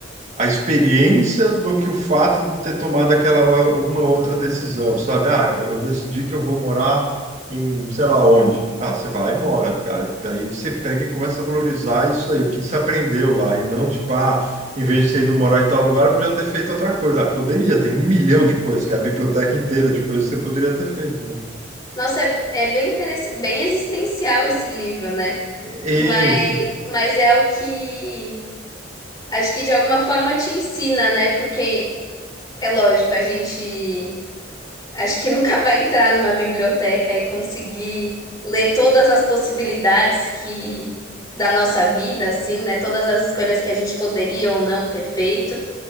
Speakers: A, on the right; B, on the left.
A: a experiência do que o fato de ter tomado aquela alguma outra decisão, sabe? Ah, eu decidi que eu vou morar em sei lá onde. Ah, você vai e mora, cara. Daí você pega e começa a valorizar isso aí, o que que você aprendeu lá, e não tipo, ah, em vez de ter ido morar em tal lugar, eu podia ter feito outra coisa. Ah, poderia, tem um milhão de coisas, que é a biblioteca inteira de coisas que você poderia ter feito, né?
B: nossa, é, é bem interessante, bem existencial esse livro, né?
A: Isso,
B: Mas, mas é o que acho que de alguma forma te ensina, né? Porque É lógico, a gente acho que nunca vai entrar numa biblioteca e conseguir ler todas as possibilidades que da nossa vida, assim, né? Todas as escolhas que a gente poderia ou não ter feito,